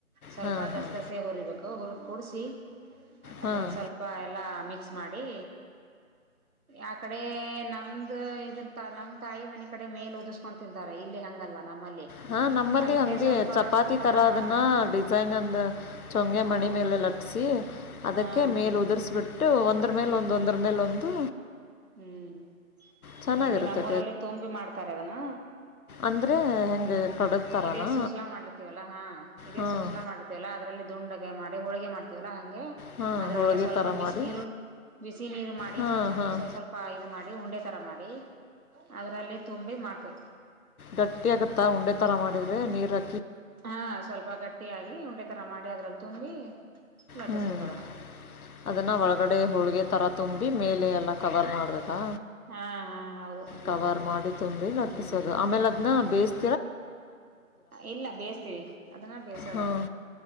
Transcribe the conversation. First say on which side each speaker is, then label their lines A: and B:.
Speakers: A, on the right; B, on the left.
A: ಸ್ವಲ್ಪ
B: ಹಾಂ
A: ಗಸಗಸೆ
B: ಹಾಂ
A: ಹುರಿಬೇಕು ಹುರಿದ್ ಕುಡಸಿ ಅದೇ
B: ಹಾಂ
A: ಸ್ವಲ್ಪ ಎಲ್ಲಾ ಮಿಕ್ಸ್ ಮಾಡಿ ಆ ಕಡೆ ನಮ್ದ ಇದ ನಮ್ ತಾಯಿ ಮನೆ ಕಡೆ ಮೇಲ ಹದು ಕೊಂಡ್ ತಿಂತಾರೆ ಇಲ್ಲಿ ಹಂಗಲ್ಲ ನಮ್ಮಲ್ಲಿ
B: ಹಾ ನಮ್ಮಲ್ಲಿ
A: ಅದಕ್ಕೆ
B: ಹಂಗೆ
A: ಸ್ವಲ್ಪ
B: ಚಪಾತಿ
A: ಹಾಂ
B: ತರ ಅದನ್ನ ಡಿಸೈನ್ ಅಂದ ಚೊಂಗೆ
A: ಹಾಂ
B: ಮಣಿ ಮೇಲೆಲಿಟ್ಟ ಅದಕ್ಕೆ
A: ಹಾಂ
B: ಮೇಲೆ ಉದುರ್ಸ್ಬಿಟ್ಟು ಒಂದರ ಮೇಲ್ ಒಂದು ಒಂದರ ಮೇಲ್ ಒಂದು
A: ಹ್ಮ್
B: ಚೆನ್ನಾಗಿರುತ್ತೆ
A: ಇಲ್ಲಿ ನಮ್ಮೂರಲ್ಲೇ ತೊಂಬಿ ಮಾಡ್ತಾರ ಅದನ
B: ಅಂದ್ರೆ ಹೆಂಗೆ ಕಡುಬು ಥರನಾ
A: ಇದೇ ಸೂಸ್ಲಾ ಮಾಡಿರ್ತೀವಲ್ಲಾ ಹಾ ಇದೇ
B: ಹಾಂ
A: ಸೂಸ್ಲಾ ಮಾಡಿರ್ತೀವಲ್ಲಾ ಅದರಲ್ಲಿ ದುಂಡ ಮಾಡಿ ಹೋಳ್ಗೆ ಮಾಡ್ತೀವಲ್ಲಾ ಹಂಗೆ
B: ಹಾಂ
A: ಅದ್ರೊಳಗೆ
B: ಹೋಳಿಗೆ
A: ಸ್ವಲ್ಪ
B: ಥರ
A: ಬಿಸ್ನೇ
B: ಮಾಡಿ
A: ರು ಬಿಸಿ ನೀರು ಮಾಡಿ
B: ಹಾಂ
A: ಸ್ ಸ್ವಲ್ಪ
B: ಹಾಂ
A: ಸ್ವಲ್ಪ ಇದು ಮಾಡಿ ಉಂಡೆ ತರ ಮಾಡಿ ಅದ್ರಲ್ಲಿ ತುಂಬಿ ಮಾಡ್ತೇವಿ
B: ಗಟ್ಟಿ ಆಗತ್ತಾ ಉಂಡೆ ತರಾ ಮಾಡಿದ್ರೆ ನೀರ್ ಹ
A: ಹಾ ಸ್ವಲ್ಪ ಗಟ್ಟಿಯಾಗಿ ಉಂಡೆ ತರ ಮಾಡಿ ಅದ್ರಾಗ ತುಂಬಿ ಲಟ್ಟಿಸ್ಬೇಕು
B: ಹ್ಮ್
A: ಅದನ್ನ
B: ಅದನ್ನ ಒಳಗಡೆ ಹೋಳ್ಗೆ ತರ ತುಂಬಿ ಮೇಲೆ ಎಲ್ಲ ಕವರ್ ಮಾಡ್ಬೇಕು
A: ಹಾ ಹಾ ಹೌದು ಹಂಗೆ
B: ಕವರ್
A: ಮಾಡ್ಬೇಕು
B: ಮಾಡಿ ತುಂಬಿ ನಟ್ಟಿಸೋದು
A: ಹ್ಮ್
B: ಆಮೇಲೆ ಅದ್ನ್ ಬೇಸ್
A: ಇಲ್ಲ ಬೇಯಿಸತೀವಿ ಅದನ್ನ ಬೇಯಸೋದ
B: ಹಾಂ